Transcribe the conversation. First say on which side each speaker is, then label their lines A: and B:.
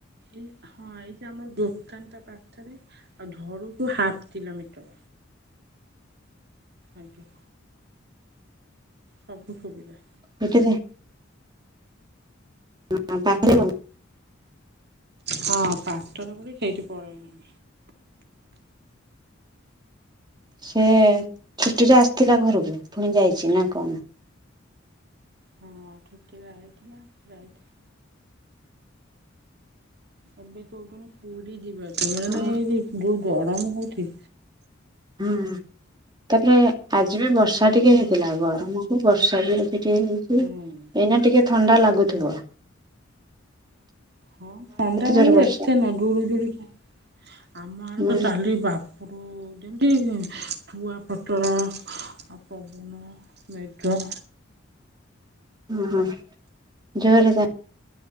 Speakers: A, on the right; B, on the right.
A: ଏଇ ହଁ ଏଇଚା ଆମର ଦୋକାନତା ପାଥେରେ ଆଉ ଧରୁଠୁ ହାପ୍ କିଲୋମିଟର। ଆଜ୍ଞା। ସବୁ ସୁୁବିଧା।
B: ହେଇ ଦବ। <inaudible>
A: ହଁ ପାଠରେ ବୋଲି ସେଇଠି ପଳେଇଁ ଇଁ
B: ସେ ଛୁଟିରେ ଆସିଥିଲା ଘରୁକୁ ପୁଣି ଯାଇଛି ନା କଣ।
A: ହଁ ଛୁଟିରେ ଆଇଥିଲା ଯାଇଥି। ଏବେ କହୁଚନି ପୁରୀ ଯିବାତୁ ମାନେ
B: ହଁ
A: ଏଇ ଯୋଉ ଗରମ ହଉଥି
B: ହୁଁ ତାପରେ ଆଜି ବି ବର୍ଷା ଟିକେ
A: ହୁଁ।
B: ହେଇଥିଲା ଗରମକୁ ବର୍ଷା ବି ହେଇ <unintelligible> ହେଇଛି
A: ହୁଁ।
B: ଏଇନା ଟିକେ ଥଣ୍ଡା ଲାଗୁଥୁବ।
A: ହଁ ସନ୍ଧ୍ୟା ନ
B: ଜୋର
A: ହଉ
B: ବର୍ଷା?
A: ଏତେ ନ ଜୁଳୁ ଜୁଳିକା ଆମ ଆଡ
B: ହୁଁ
A: ତ ତାଲି ବାପ୍ ପୁରୁ ଯେମତି ଚୁଆ ପଟର ଆଉ ପବନ ମେଡ୍ରମ
B: ଉଁ ହୁଁ ଜୋରେ ତା